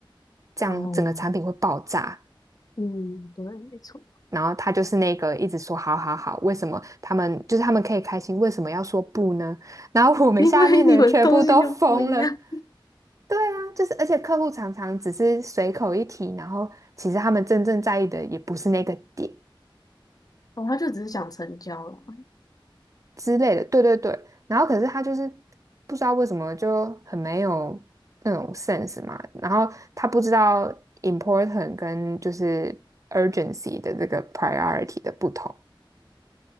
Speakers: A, on the right; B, on the left.
A: 这样整个产品会爆炸。
B: 哦，嗯，对，没错。
A: 然后他就是那个一直说好好好，为什么他们就是他们可以开心，为什么要说不呢？然后我们下面的人全部都疯了。
B: 因为你们东西就不一样。
A: 对啊，就是而且客户常常只是随口一提，然后其实他们真正在意的也不是那个点
B: 哦，他就只是想成交了。
A: 之类的。对对对，然后可是他就是不知道为什么就很没有那种 sense 嘛，然后他不知道 important 跟就是 urgency 的这个 priority 的不同。